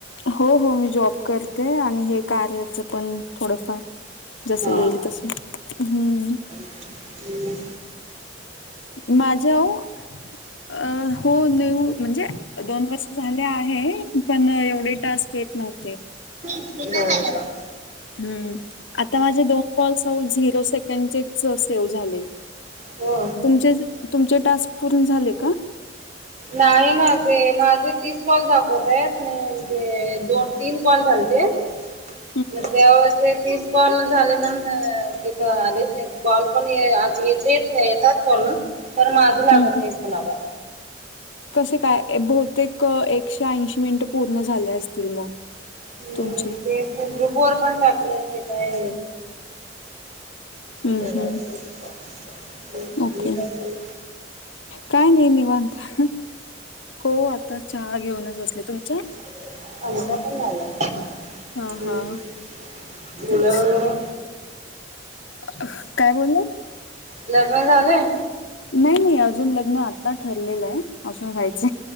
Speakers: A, on the left; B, on the right.
A: हो हो मी जॉब करते आणि हे कार्याचं पण थोडंफार. जसं
B: हा
A: येईल तस हम्म.
B: <inaudible> हम्म.
A: माझ्याऊ अ हो नेऊ म्हणजे दोन वर्ष झाले आहे पण एवढे टास्क येत नव्हते.
B: <inaudible> बर बर.
A: हम्म आता माझे दोन कॉल्स झिरो सेकंडचेच सेव्ह झाले.
B: हो.
A: तुमचेच-तुमचे टास्क पूर्ण झाले का.
B: नाही ना ते माझे तीस कॉल दाखवत आहेत <unintelligible> ते दोन तीन कॉल झालते.
A: <unintelligible>
B: म <unintelligible> ते तीस कॉल झाले <unintelligible> म्हण-अं ते-भ आलेच नाही कॉल पण <unintelligible> आ येतच नाही येतात. <unintelligible> ण तर माझं लागत
A: हम्म.
B: नाही कुणाला.
A: कसे काय बहुतेक एकशे ऐंशी मिनिटं पूर्ण झाले असतील मग.
B: हम्म
A: तुमची
B: ते ग्रुप वर पण टाकले ते <unintelligible> काय
A: हम्म
B: बघायचं
A: हम्म
B: <inaudible> आणी-आणी
A: ओके
B: काय चालू.
A: काय न्हइ निवांता हो आताच चहा घेऊनच बसले तुमच.
B: <inaudible> आमता पण झालाय
A: हा हा
B: <inaudible> मुलं
A: तेच
B: वगैरे.
A: <unintelligible> काय बोललं.
B: लग्न झालंय.
A: नई नई अजून लग्न आता ठरलेलंय अजून व्हायच.